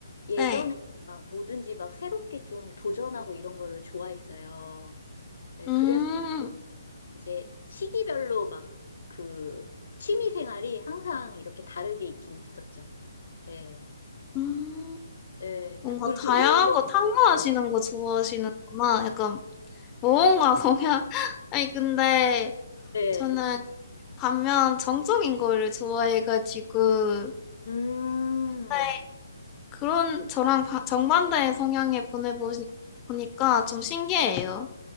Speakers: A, on the left (about 50°); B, on the left (about 20°).
A: 예전에
B: 네.
A: 막 뭐든지 막 새롭게 좀 도전하고 이런 거를 좋아했어요. 네,
B: 음,
A: 그래서 이제 시기별로 막 그, 취미 생활이 항상 이렇게 다르게 있긴 있었죠. 네,
B: 음,
A: 네.
B: 뭔가
A: 뭐 이렇게
B: 다양한
A: 운동,
B: 거 탐구하시는 거 좋아하시는구나. 약간 모험가 성향. <laughs> 아니, 근데
A: 네.
B: 저는 반면 정적인 거를 좋아해가지고,
A: 음,
B: 네, 그런 저랑 바- 정반대의 성향에 보내보시, 보니까 좀 신기해요.